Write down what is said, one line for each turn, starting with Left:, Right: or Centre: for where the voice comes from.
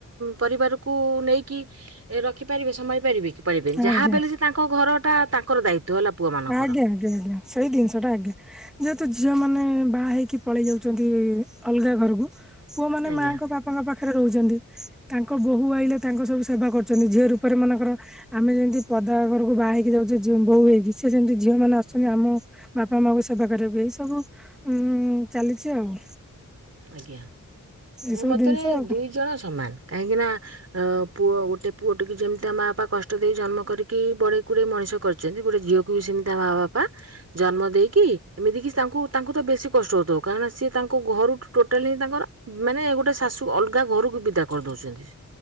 Right: ପରିବାରକୁ ନେଇକି ଏ ରଖିପାରିବେ ସମାଳି ପାରିବେ କି, ପାରିବେନି।
Centre: ଆଜ୍ଞା।
Right: ଯାହା ଦେଲେ ସେ ତାଙ୍କ ଘର ଟା ତାଙ୍କର ଦାୟିତ୍ଵ ହେଲା, ପୁଅ ମାନଙ୍କର।
Centre: ଆଜ୍ଞା ଆଜ୍ଞା ସେଇ ଦିନିଷଟା ଆଜ୍ଞା। ଯେହେତୁ ଝିଅ ମାନେ ବାହା ହେଇକି ପଳେଇ ଯାଉଛନ୍ତି ଅଲଗା ଘରକୁ ପୁଅ ମାନେ
Right: ଆଜ୍ଞା
Centre: ମାଙ୍କ ବାପାଙ୍କ ପାଖ ପାଖରେ ରହୁଛନ୍ତି। ତାଙ୍କ ବୋହୂ ଆଇଲେ ତାଙ୍କ ସବୁ ସେବା କରୁଛନ୍ତି। ଝିଅ ରୂପରେ ମାନଙ୍କର ଆମେ ଯେନ୍ତି ପଦା ଘରକୁ ବାହା ହେଇକି ଯାଉଚେ ଝିଅ ବୋହୁ ହେଇକି, ସିଏ ସେନ୍ତି ଝିଅ ମାନେ ଆସୁଛନ୍ତି ଆମ ବାପା ମାଙ୍କୁ ସେବା କରିବାକୁ, ଏଇ ସବୁ ଉଁ ଚାଲିଛି ଆଉ।
Right: ଆଜ୍ଞା।
Centre: ଏଇ
Right: ମୋ
Centre: ସବୁ
Right: ମତରେ
Centre: ଜିନିଷ ଆଉ
Right: ଦୁଇ ଜଣ ସମାନ। କାହିଁକି ନା ଅ ପୁଅ ଗୋଟେ ପୁଅ ଟିକି ଯେମିତି ତା ମା ବାପା କଷ୍ଟ ଦେଇ ଜନ୍ମ କରିକି ବଡେଇ କୁଡେଇ ମଣିଷ କରି ଛନ୍ତି, ଗୋଟେ ଝିଅକୁ ବି ସେମତି ତା ମା ବାପା ଜନ୍ମ ଦେଇକି ଏମିତି କି ତାଙ୍କୁ ତାଙ୍କୁ ତ ବେଶୀ କଷ୍ଟ ହଉଥିବ କାରଣ ସିଏ ତାଙ୍କ ଘରୁଠୁ ଟଲ ହିଁ ତାଙ୍କର ମାନେ ଗୋଟେ ଶାଶୁ ଅଲଗା ଘରକୁ ବିଦା କରି ଦଉଛନ୍ତି।